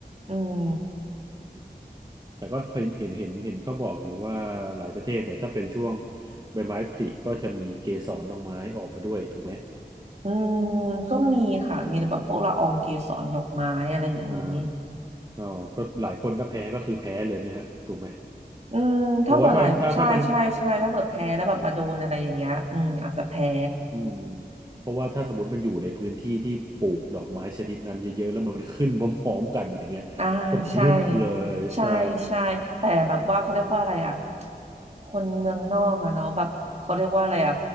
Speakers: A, on the right (about 40°); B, on the right (about 25°).
A: อืม
B: แต่ก็เห็นเห็นเห็นเห็นก็บอกอยู่ว่าหลายประเทศเนี่ยถ้าเป็นช่วงใบไม้ผลิก็จะมีเกสรดอกไม้ออกมาด้วยถูกไหม
A: อืมก็มีค่ะมีแบบพวกละอองเกสรดอกไม้อะไรอย่างนี้
B: อ่าอ๋อก็หลายคนถ้าแพ้ก็คือแพ้เลยไหมฮะถูกไหม
A: อืมถ้าเผื่อหลายใช่ใช่ใช่ถ้าเผื่อแพ้แล้วแบบมาโดนอะไรอย่างเงี้ยอืมอาจจะแพ้
B: เพราะว่าถ้าถ้าถ้ามันอืมเพราะว่าถ้าสมมติมันอยู่ในพื้นที่ที่ปลูกดอกไม้ชนิดนั้นเยอะๆแล้วมันขึ้นพร้อมๆกันอย่างเงี้ยก็พรึบเลยใช่
A: อ่าใช่ใช่ใช่แต่แบบว่าเขาเรียกว่าอะไรอ่ะคนเมืองนอกอะเนาะแบบเขาเรียกว่าอะไรอ่ะ